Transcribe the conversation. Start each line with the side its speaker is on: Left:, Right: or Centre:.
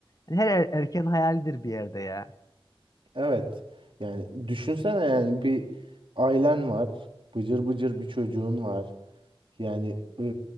Left: her er- erkeğin hayalidir bir yerde ya.
Right: Evet. Yani düşünsene yani bir ailen var. Bıcır bıcır bir çocuğun var. Yani e,